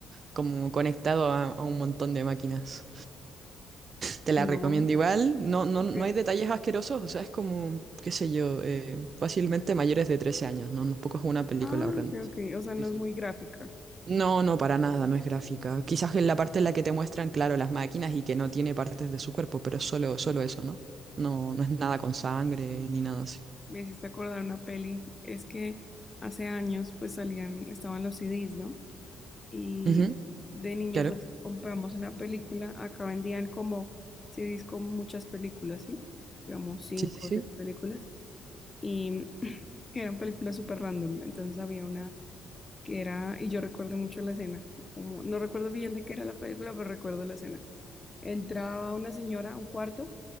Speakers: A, on the right; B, on the left.
A: Como conectado a a un montón de máquinas. Te la
B: No,
A: recomiendo igual. No, no,
B: ok.
A: no hay detalles asquerosos, o sea, es como, qué sé yo, eh, fácilmente mayores de 13 años, ¿no? No poco es una película
B: Ah,
A: horrenda.
B: ok, ok. O sea, no
A: Sí, sí.
B: es muy gráfica.
A: No, no, para nada, no es gráfica. Quizás en la parte en la que te muestran, claro, las máquinas y que no tiene partes de su cuerpo, pero solo, solo eso, ¿no? No, no es nada con sangre ni nada así.
B: Me hiciste acordar una peli. Es que hace años, pues salían, estaban los CDs, ¿no? Y
A: Ujú,
B: de niña,
A: claro.
B: pues compramos una película. Acá vendían como CDs con muchas películas, ¿sí? Digamos, cinco
A: Sí, sí, sí.
B: o seis películas. Y <clears throat> eran películas súper random. Entonces había una que era, y yo recuerdo mucho la escena, como, no recuerdo bien de qué era la película, pero recuerdo la escena. Entraba una señora a un cuarto